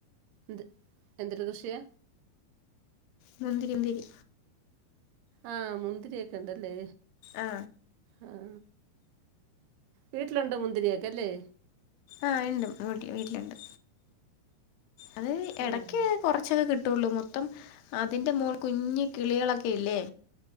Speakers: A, on the right (about 80°); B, on the left (about 80°).
A: എന്ത് എന്ത്ട്ട് കൃഷിയ
B: മുന്തിരി ദിരി
A: ആഹ മുന്തിരി ഒക്കെ ഉണ്ടല്ലേ
B: ആ
A: ആഹ വീട്ടിലുണ്ടോ മുന്തിരിയാൊക്ക അല്ലേ
B: ആ ഇണ്ട്ട്ടി വീട്ടിലുണ്ട് അത് ഇടക്ക്
A: ഓ
B: കുറച്ചൊക്കെ കിട്ടും കിട്ടുള്ളൂ മൊത്തം അതിന്റെ മോൾ കുഞ് കിളികളൊക്കെ ഇല്ലേ